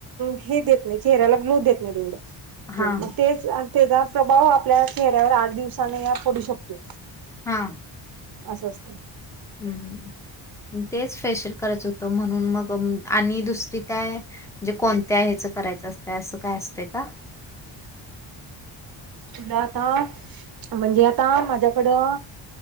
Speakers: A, on the right; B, in the centre.
A: हे देत नाही चेहऱ्याला ग्लो देत नाही तेवढं.
B: हा हा
A: ते मग तेच त्याचा प्रभाव आपल्या चेहऱ्यावर आठ दिवसान या पडू शकतोय.
B: हां.
A: आसं असतंय.
B: हम हम, म तेच फेशियल करायचं होतं म्हणून मग, आणि दुसरी काय म्हणजे कोणत्या हेचं करायचं असतंय असं काय असतं का?
A: तुला आता म्हणजे आता माझ्याकडं